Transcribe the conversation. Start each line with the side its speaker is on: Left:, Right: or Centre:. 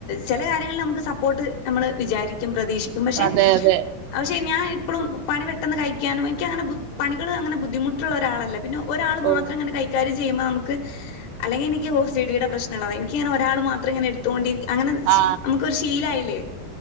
Left: ചില കാര്യങ്ങളിൽ നമുക്ക് സപ്പോർട്ട് നമ്മള് വിചാരിക്കും പ്രതീക്ഷിക്കും പക്ഷെ
Right: അതെ അതെ
Left: പക്ഷെ ഞാൻ എപ്പളും പണി പെട്ടന്ന് കഴിക്കാനും എനിക്ക് അങ്ങന പണികൾ അങ്ങന ബുധി <unintelligible> ബുദ്ധിമുട്ടുള്ള ഒരാളല്ല പിന്നെ ഒരാൾ
Right: ഓ
Left: മാത്രം അങ്ങനെ കൈകാര്യം ചെയ്യുമ്പോൾ നമുക്ക് അല്ലെങ്കി എനിക്ക് ഓസിടിടെ പ്രശ്നള്ളതാ എനിക്ക്ങ്ങനെ ഒരാള് മാത്രം ഇങ്ങനെ എട്ത്തോണ്ടി അങ്ങനെ
Right: ആ
Left: നമുക്കൊരു ശീലായില്ലേ